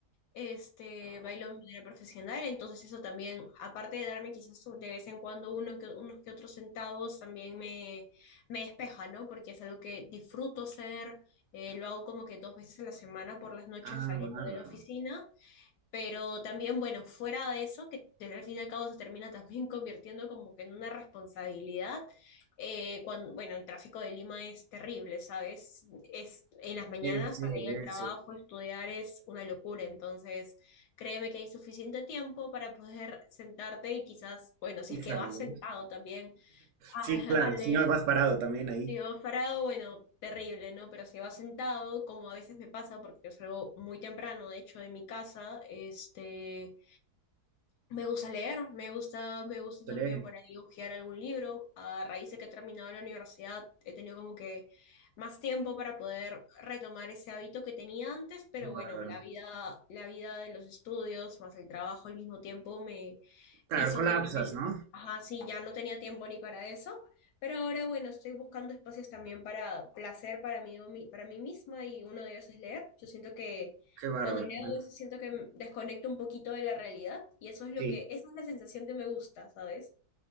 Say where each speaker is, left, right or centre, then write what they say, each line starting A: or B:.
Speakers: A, on the left (about 80°); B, on the right (about 60°).
A: este, bailo de manera profesional, entonces eso también, aparte de darme quizás un- de vez en cuando uno que, unos que otros centavos, también me, me despeja, ¿no? Porque es algo que disfruto hacer, eh, lo hago como que dos veces a la semana por las noches
B: Ah,
A: saliendo
B: bárbaro.
A: de la oficina pero también, bueno, fuera de eso, que te- al fin y al cabo se termina también <laughs> convirtiendo como que en una responsabilidad, eh, cuando, bueno, el tráfico de Lima es terrible, ¿sabes? Es, en las mañanas
B: Debe ser,
A: para ir
B: debe
A: al trabajo,
B: ser.
A: estudiar es una locura, entonces créeme que hay suficiente tiempo para poder <laughs> sentarte y quizás, bueno, si
B: Es
A: es que
B: arduo,
A: vas sentado
B: ¿no?
A: también a,
B: Sí, claro,
A: a leer.
B: si no vas parado también ahí.
A: Si vas parado, bueno, terrible, ¿no? Pero si vas sentado, como a veces me pasa, porque yo salgo muy temprano, de hecho, de mi casa, este... Me gusta leer, me gusta, me gusta
B: Toleren.
A: también por ahí hojear algún libro. A raíz de que he terminado la universidad, he tenido como que más tiempo para poder retomar ese hábito que tenía antes, pero
B: Qué bárbaro.
A: bueno, la vida, la vida de los estudios más el trabajo al mismo tiempo me
B: Claro,
A: hizo
B: colapsas,
A: que, me-
B: ¿no?
A: ajá, sí, ya no tenía tiempo ni para eso, pero ahora bueno, estoy buscando espacios también para placer para mí, o mi- para mí misma y uno de ellos es leer. Yo siento que
B: Qué bárbaro.
A: cuando leo
B: Bueno,
A: eso siento que m- desconecto un poquito de la realidad y eso es lo
B: sí.
A: que, esa es la sensación que me gusta, ¿sabes?